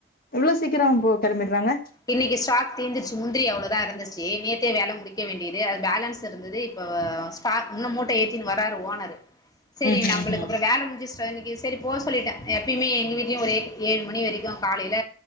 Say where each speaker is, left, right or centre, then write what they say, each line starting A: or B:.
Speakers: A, on the left (about 50°); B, on the left (about 20°).
A: எவ்ளோ சீக்கிரோ போ கெளம்பிடுறாங்க
B: இன்னிக்கு ஸ்டாக் தீந்திச்சு முந்திரி அவ்ளோதா இருந்துச்சி நேத்தே வேல முடிக்க வேண்டியது அது பேலன்ஸ் இருந்துது இப்ப ஸ்டாக் முன்னும் மூட்டய ஏத்தினு வராரு ஓனரு செரி
A: ம்ஹும்
B: நம்புளுக்கு
A: ம்
B: அப்புறோ வேல முஞ்சிச் இப்ப இன்னக்கி செரி போ சொல்லிட்டே எப்பயுமே எங்க வீட்லயு ஒரே ஏழு மணி வெரிக்கோ காலைல